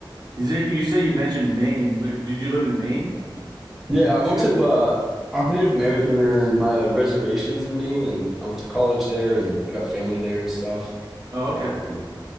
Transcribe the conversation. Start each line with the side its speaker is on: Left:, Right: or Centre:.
Right: You say you say you mentioned Maine. Like, Did you live in Maine
Centre: yeah. I went
Right: too?
Centre: to
Right: Or-
Centre: uh, I'm Native American, and my reservations in Maine, and I went to college there, and I got family there and stuff.
Right: Oh, okay.
Centre: Um,